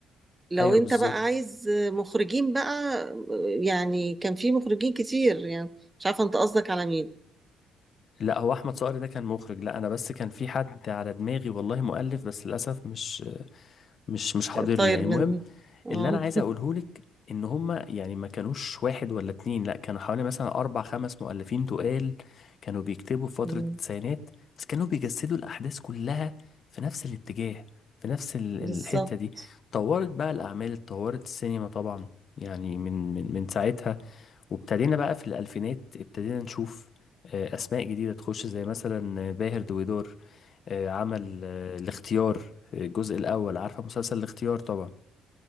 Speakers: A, on the right (about 20°); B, on the left (about 50°).
A: لو
B: ايوه
A: انت
B: بالظبط
A: بقى عايز مخرجين بقى يعني كان في مخرجين كتير يعني مش عارفة انت قصدك على مين
B: لا هو احمد صقر ده كان مخرج لا انا بس كان في حد على دماغي والله مؤلف بس للاسف مش مش مش حاضرني
A: طاير
B: يعني المهم
A: من اه
B: اللي انا عايز
A: <laughs>
B: اقوله لك ان هما يعني ما كانوش واحد ولا اتنين لا كانوا حوالي مثلا اربع خمس مؤلفين تقال كانوا بيكتبوا في فترة
A: مم.
B: التسعينات بس كانوا بيجسدوا الاحداث كلها في نفس الاتجاه في نفس ال-
A: بالظبط
B: الحتة دي اتطورت بقى الاعمال اتطورت السينما طبعا يعني من من من ساعتها وابتدينا بقى في الالفينات ابتدينا نشوف آه، اسماء جديدة تخش زي مثلا آه، باهر دويدور آه، عمل آه، الاختيار في الجزء الاول عارفة مسلسل الاختيار طبعا